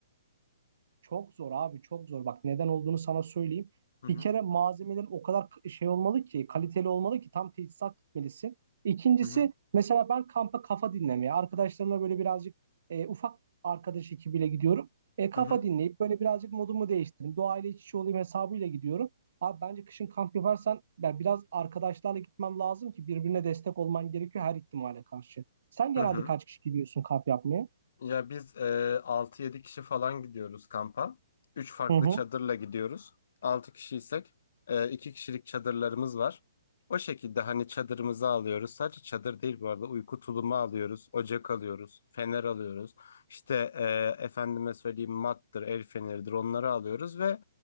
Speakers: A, on the right; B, on the left.
A: Çok zor abi çok zor. Bak neden olduğunu sana söyleyeyim.
B: Hı hı.
A: Bir kere malzemelerin o kadar k- şey olmalı ki kaliteli olmalı ki tam tesisat gitmelisin. İkincisi
B: Hı hı.
A: mesela ben kampa kafa dinlemeye arkadaşlarımla böyle birazcık e, ufak arkadaş ekibiyle gidiyorum. E, kafa
B: Hı hı.
A: dinleyip böyle birazcık modumu değiştireyim. Doğayla iç içe olayım hesabıyla gidiyorum. Abi bence kışın kamp yaparsan ya biraz arkadaşlarla gitmen lazım ki birbirine destek olman gerekiyor her ihtimale karşı. Sen
B: Hı
A: genelde
B: hı.
A: kaç kişi gidiyorsun kamp yapmaya?
B: Ya biz e, 6-7 kişi falan gidiyoruz kampa. üç farklı
A: Hı hı.
B: çadırla gidiyoruz. 6 kişiysek e, 2 kişilik çadırlarımız var. O şekilde hani çadırımızı alıyoruz. Sadece çadır değil bu arada uyku tulumu alıyoruz. Ocak alıyoruz. Fener alıyoruz. İşte e, efendime söyleyeyim mattır, el feneridir onları alıyoruz ve